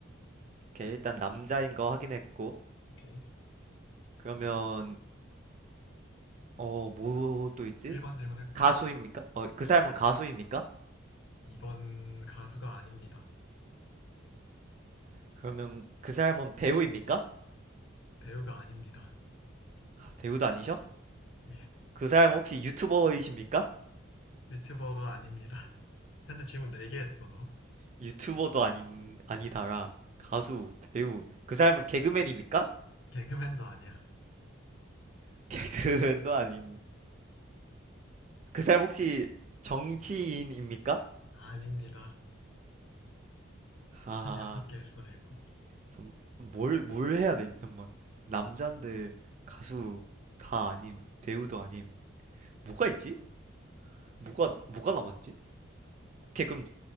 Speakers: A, on the right; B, on the left.
A: 오케이, 일단 남자인 거 확인했고.
B: 오케이.
A: 그러면, 어, 뭐 또 있지?
B: 1번 질문했고
A: 가수입니까? 어, 그 사람은 가수입니까?
B: 어. 2번 가수가 아닙니다.
A: 그러면 그 사람은 배우입니까?
B: 배우가 아닙니다.
A: 배우도 아니셔?
B: 예.
A: 그 사람은 혹시 유튜버이십니까?
B: 유튜버가 아닙니다. 현재 질문 4개 했어, 너.
A: 유튜버도 아닌 아니다라 가수, 배우. 그 사람은 개그맨입니까?
B: 개그맨도 아니야.
A: <laughs> 개그맨도 아닌. 그 사람 혹시 정치인입니까?
B: 아닙니다.
A: 아,
B: 현재 6개 했어, 질문.
A: 참, 뭘, 뭘 해야 되지? 정말 남잔데 가수 다 아님, 배우도 아님. 뭐가 있지? 뭐가 뭐가 남았지? 오케이, 그럼